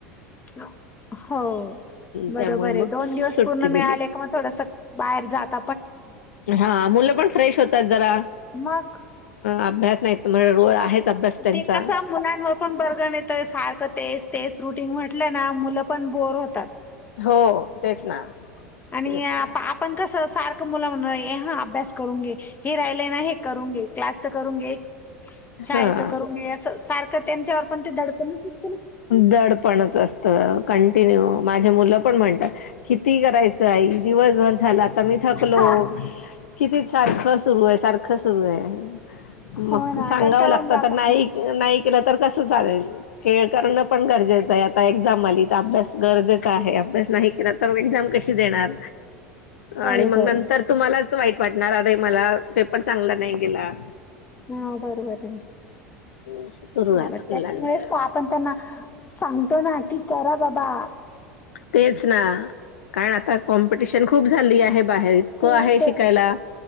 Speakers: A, on the left; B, on the left.
A: ह हो बरोबर
B: त्यामुळे मग
A: आहे दोन
B: सुट्टी
A: दिवस पूर्ण मिळाले
B: दिली
A: का मग थोडस बाहेर जात.
B: हा मुलं पण फ्रेश होतात
A: असं
B: जरा
A: मग
B: अभ्यास नाही म्हण र आहेच. अभ्यास त्यांचा
A: ते कस मुलांवर पण बर्गन येत सारखं तेस ते रुट म्हटलं ना मुलं पण बोर होतात.
B: हो तेच ना.
A: आणि
B: तेच ना
A: पा पण कस असत. सारख मुलं म्हण हा अभ्यास करून घे, हे राहिलंय ना हे करून घे, त्याच करून घे. शाळेच
B: हा
A: करून घ अस सारखं त्यांच्यावर पण ते दडपणच अस.
B: दड पणच असत कंटिन्यू माझ्या मुलं पण म्हणतात कि ती करायचं आई दिवसभर झालाता मी थकलो
A: हा
B: किती सारखं सुरू आहे सारखं खसरू आहे. मग
A: हो ना
B: सांगावं
A: कंटाळून
B: लागत
A: जातात
B: तर नाही
A: ना
B: नाही केलं तर कस चालेल. खेळ करणं पण गरजेचं आहे. एझाम आली तर अभ्यास गरजेचा आहे. अभ्यास नाही केला तर एक्झाम कशी देणार.
A: बरोबर
B: आणि मग नंतर
A: आहे
B: तुम्हालाच वाईट वाटणार अरे मला पेपर चांगला नाही गेला.
A: हा बरोबर ना.
B: असं सुरू
A: बरोबर
B: राहत
A: त्याच्यामुळे
B: मुलांचं
A: आपण त्यांना सां तो नाकीी करा बाबा
B: तेच ना कारण आता कॉम्पिटिशन खूप झाली आहे. बाहेर इतकं
A: खूप
B: शिकायला.
A: आहे